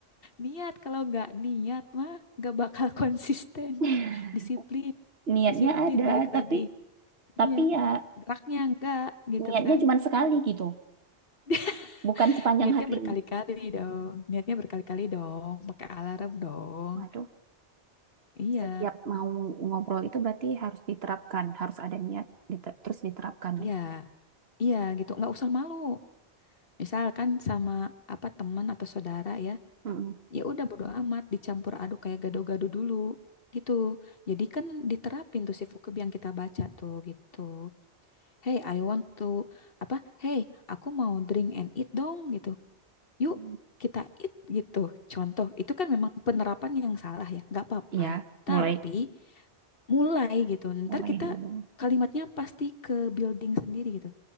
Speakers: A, on the left; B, on the right.
A: Niat, kalau nggak niat mah nggak bakal konsisten.
B: <laughs>
A: <laughs> Disiplin,
B: Niatnya
A: disiplin,
B: ada,
A: balik
B: tapi
A: lagi.
B: tapi
A: Iya,
B: ya
A: geraknya enggak gitu
B: niatnya
A: kan.
B: cuma sekali gitu,
A: <laughs>
B: bukan sepanjang
A: Niatnya
B: hari.
A: berkali-kali dong. Niatnya berkali-kali dong. Pakai alarm dong.
B: Waduh.
A: Iya,
B: Setiap mau ngobrol itu berarti harus diterapkan, harus ada niat, dite- terus diterapkan
A: iya,
B: gitu.
A: iya gitu. Nggak usah malu. Misalkan sama apa teman atau saudara ya.
B: Mm-mm.
A: ya udah bodo amat dicampur aduk kayak
B: Hmm,
A: gado-gado dulu gitu jadi kan diterapin tuh si vocab yang kita baca tuh gitu hey I want to apa hey aku mau drink and eat dong gitu yuk
B: Ya.
A: kita eat gitu contoh itu kan memang penerapan yang salah ya nggak apa-apa
B: Iya,
A: tapi
B: mulai
A: mulai gitu ntar
B: mulai
A: kita
B: dulu.
A: kalimatnya pasti ke building sendiri gitu